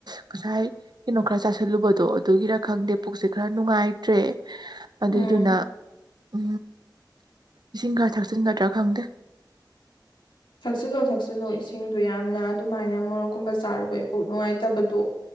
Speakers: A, on the right; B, on the left.
A: ꯉꯁꯥꯏ ꯀꯩꯅꯣ ꯈꯔ ꯆꯥꯥꯁꯜꯂꯨꯕꯗꯣ ꯑꯗꯨꯒꯤꯔ ꯈꯪꯗꯦ ꯄꯨꯛꯁꯦ ꯈꯔ ꯅꯨꯡꯉꯥꯏꯇ꯭ꯔꯦ ꯑꯗꯨꯏꯗꯨꯅ
B: ꯎꯝ
A: ꯎ ꯏꯁꯤꯡ ꯈꯔ ꯊꯛꯆ ꯆꯤꯟꯒꯗ꯭ꯔꯥ ꯈꯪꯗꯦ
B: ꯊꯛꯆꯤꯜꯂꯣ ꯊꯛꯆꯤꯜꯂꯣ ꯏꯁꯤꯡꯗꯣ ꯌꯥꯝꯅ ꯑꯗꯨꯃꯥꯏꯅ ꯃꯣꯔꯣꯛꯀꯨꯝꯕ ꯆꯥꯔꯨꯕ ꯏꯄꯣꯛ ꯅꯨꯡꯉꯥꯏꯇꯕꯗꯣ